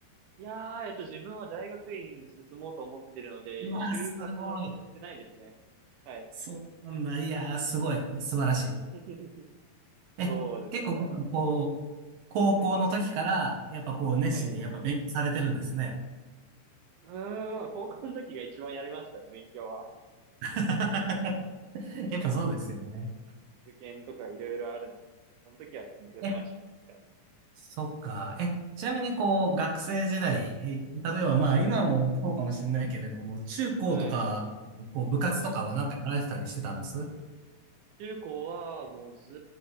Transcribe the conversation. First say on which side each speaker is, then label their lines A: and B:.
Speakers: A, on the right (about 85°); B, on the right (about 75°).
A: いやー、えっと、自分は大学院に進もうと思ってるので、
B: うわー、
A: 就活はしてないですね。
B: すごい。
A: はい。
B: そうなんだ。いやー、すごい。素晴らしい。
A: <laughs>
B: え、
A: そうですね。
B: 結構、
A: は
B: こう、高校の時から、
A: い
B: やっぱこう、熱心にやっぱ勉強されてるんですね。
A: はい。うーん、まあ高校の時が一番やりましたね、勉強は。
B: <laughs>
A: やっぱり、
B: やっぱそうですよね。
A: 受験とかいろいろあるので。その時は勉強しましたね、
B: え、
A: 確かに。
B: そっか。え、ちなみにこう、学生時代、
A: はい。
B: 例えばまあ今もそうかもしれないけれども、
A: はい。
B: 中高とか、
A: はい。
B: こう部活とかはなんかやられてたりしてたんです
A: はい。中高はもうず